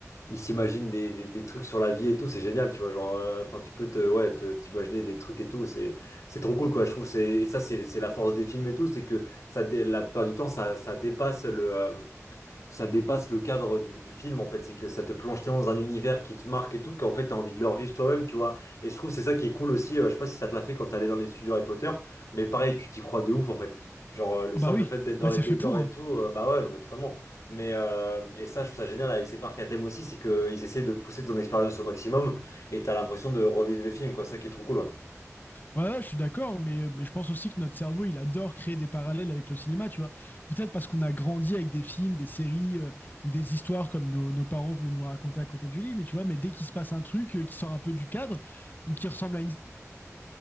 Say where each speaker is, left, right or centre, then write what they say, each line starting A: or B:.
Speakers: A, on the left (about 70°); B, on the left (about 35°).
A: ils s'imaginent des, des, des trucs sur la vie et tout, c'est génial, tu vois, genre, euh, enfin, tu peux te, ouais, te- t'imaginer des trucs et tout, c'est, c'est trop cool, quoi, je trouve, c'est, et ça, c'est, c'est la force des films et tout, c'est que ça, dé- la plupart du temps, ça, ça dépasse le, euh, ça dépasse le cadre du, du film en fait, c'est que ça te plonge tellement dans un univers qui te marque et tout, qu'en fait t'as envie de le revivre toi-même, tu vois. Et je trouve que c'est ça qui est cool aussi, euh, je sais pas si ça te l'a fait quand t'allais dans les studios Harry Potter, mais pareil, tu t'y crois de ouf en fait. Genre euh, le
B: Ah
A: simple
B: bah oui,
A: fait d'être dans
B: bah
A: les
B: c'est
A: décors
B: fait pour,
A: et
B: hein.
A: tout, euh, bah ouais, non mais totalement. Mais euh, et ça, je trouve ça génial avec ces parcs à thème aussi, c'est qu'ils essaient de te pousser ton expérience au maximum et t'as l'impression de revivre les films, quoi, ça qui est trop cool, ouais.
B: Ouais, ouais, je suis d'accord, mais, euh, mais je pense aussi que notre cerveau, il adore créer des parallèles avec le cinéma, tu vois. Peut-être parce qu'on a grandi avec des films, des séries euh, ou des histoires comme nos, nos parents venaient nous raconter à côté du lit, mais tu vois, mais dès qu'il se passe un truc euh, qui sort un peu du cadre ou qui ressemble à une